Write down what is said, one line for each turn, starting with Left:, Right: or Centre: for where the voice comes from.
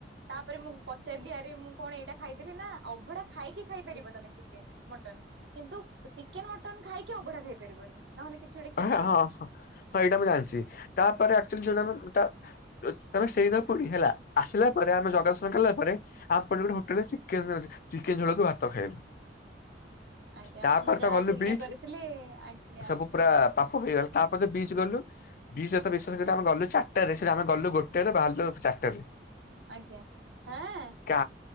Right: ତାପରେ ମୁଁ ପଚାରିଲି ଆରେ ମୁଁ କଣ ଏଇଟା ଖାଇଦେଲି ନା ଅଭଢା ଖାଇକି ଖାଇପାରିବ ତମେ ଚିକେନ୍ ମଟନ କିନ୍ତୁ ଚିକେନ୍ ମଟ ନ ଖାଇକି ଅଭଢା ଖାଇପାରିବନି।
Left: <unintelligible>
Right: ଗୋଟେ କ୍ଷତି ହବ
Left: ହଁ ଏଇଟା ମୁଁ ଜାଣିଛି ତାପରେ ଆକ୍ଚୁଆଲୀ <unintelligible> ପୁରୀ ହେଲା। ଆସିଲା ପରେ
Right: ଆଜ୍ଞା
Left: ଆମେ ଯଗା ଦର୍ଶନ କଲା ପରେ ଆ ପରେ ଗୋଟେ ହୋଟେଲ ଅଛି ଚିକେନ୍ ହଉଛି ଚିକେନ୍ ଝୋଳକୁ ଭାତ ଖାଇଲୁ।
Right: ଆଜ୍ଞା
Left: ତାପରେ
Right: ଆପଣ ଯାହା
Left: ତ ଗଲୁ
Right: ପୁଣ୍ୟ
Left: ବିଚ୍
Right: କରିଥିଲେ ଆଜ୍ଞା।
Left: ସବୁ ପୁରା ପାପ ହେଇଗଲା ତାପରେ ତ ବିଚ ଗଲୁ। ବିଚ ରେ ତ ବିଶେଷ କରି ଆମେ ଗଲୁ ଚାରିଟାରେ ସେଇଠି ଆମେ ଗଲୁ ଗୋଟେରେ ବାହାରିଲୁ ଚାରଟାରେ।
Right: ଆଜ୍ଞା ହାଁ।
Left: କା